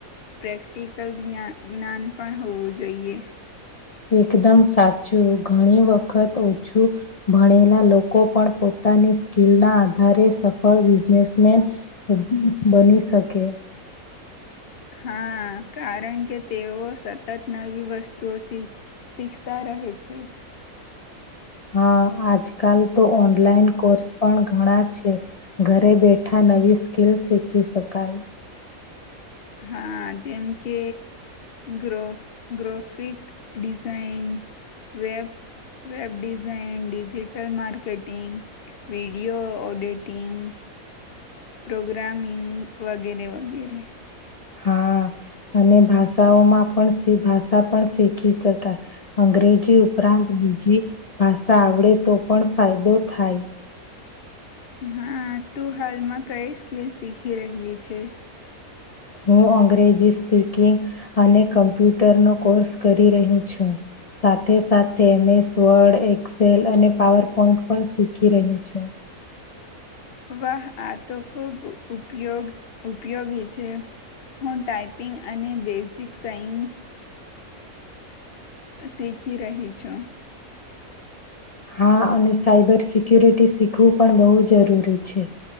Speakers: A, on the left; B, on the left.
A: પ્રેક્ટિકલ જ્ઞાન જ્ઞાન પણ હોવું જોઈએ
B: એકદમ સાચું ઘણી વખત ઓછું ભણેલા લોકો પણ પોતાની સ્કીલના આધારે સફળ બિઝનેસમેન. બની શકે.
A: હા કારણ કે તેઓ સતત નવી વસ્તુઓ શીખ શીખતા રહે છે.
B: હા આજકાલ તો ઓનલાઈન કોર્સ પણ ઘણા છે. ઘરે બેઠા નવી સ્કીલ શીખી શકાય.
A: હા જેમ કે ગ્રો graphic design, web web design, digital marketing. Video editing. Programming વગેરે વગેરે.
B: હા અને ભાષાઓમાં પણ શી ભાષા પણ શીખી શકાય. અંગ્રેજી ઉપરાંત બીજી ભાષા આવડે તો પણ ફાયદો થાય.
A: હા તું હાલમાં કઈ સ્કીલ શીખી રહી છે?
B: હું અંગ્રેજી સ્પીકિંગ અને કમ્પ્યુટરનો કોર્સ કરી રહી છું. સાથે સાથે મેં સ્વડ, એક્સેલ અને પાવર પોઈન્ટ પણ શીખી રહ્યું છું.
A: વાહ! આ તો ખૂબ ઉપયોગ ઉપયોગી છે. હું ટાઈપિંગ અને બેઝિક સાયન્સ. શીખી રહી છું.
B: હા અને સાયબર સિક્યુરિટી શીખવું પણ બહુ જરૂરી છે.